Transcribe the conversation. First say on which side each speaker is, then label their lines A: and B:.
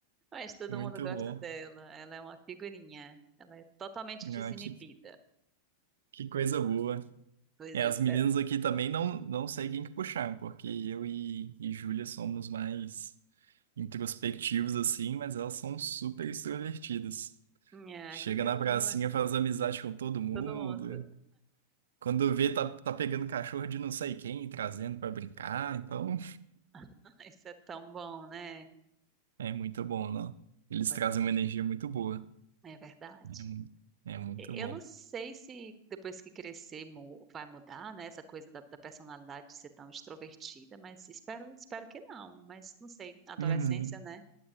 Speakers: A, on the right; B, on the right.
A: Mas todo
B: Muito
A: mundo gosta
B: bom.
A: dela. Ela é uma figurinha. Ela é totalmente desinibida.
B: Ah, que, que coisa boa.
A: Pois
B: É,
A: eu
B: as
A: espero.
B: meninas aqui também não, não sei quem que puxar, porque eu e, e Júlia somos mais introspectivos assim, mas elas são super extrovertidas.
A: É,
B: Chega
A: que coisa
B: na pracinha,
A: boa.
B: faz amizade com todo mundo.
A: Todo mundo.
B: Quando vê, tá, tá pegando cachorro de não sei quem e trazendo pra brincar. Então,
A: <laughs> Isso é tão bom, né?
B: é muito bom, não? Eles
A: Pois
B: trazem
A: é.
B: uma energia muito boa.
A: É verdade.
B: É, mu- é muito
A: E- Eu
B: bom.
A: não sei se depois que crescer mu- vai mudar, né? Essa coisa da, da personalidade de ser tão extrovertida, mas espero, espero que não. Mas não sei, adolescência,
B: Uhum.
A: né?